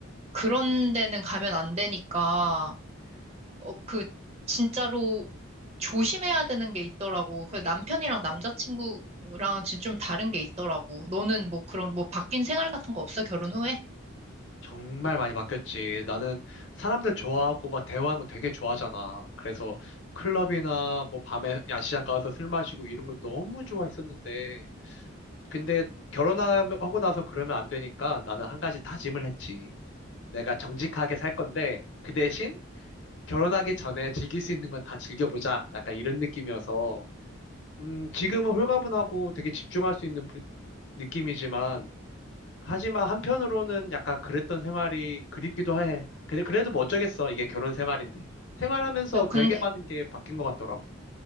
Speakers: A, on the right (about 30°); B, on the left (about 60°).
A: 그런 데는 가면 안 되니까, 어, 그, 진짜로 조심해야 되는 게 있더라고. 그 남편이랑 남자친구랑 진짜 좀 다른 게 있더라고. 너는 뭐 그런, 뭐 바뀐 생활 같은 거 없어? 결혼 후에?
B: 정말 많이 바뀌었지. 나는 사람들 좋아하고 막 대화하는 거 되게 좋아하잖아. 그래서 클럽이나 뭐 밤에 야시장 가서 술 마시고 이런 거 너무 좋아했었는데. 근데 결혼하고 나서 그러면 안 되니까 나는 한 가지 다짐을 했지. 내가 정직하게 살 건데 그 대신 결혼하기 전에 즐길 수 있는 건 다 즐겨보자. 약간 이런 느낌이어서. 음, 지금은 홀가분하고 되게 집중할 수 있는 부- 느낌이지만 하지만 한편으로는 약간 그랬던 생활이 그립기도 해. 근데 그래도 뭐 어쩌겠어. 이게 결혼 생활인데. 생활하면서
A: 야, 근데
B: 되게 많은 게 바뀐 것 같더라고.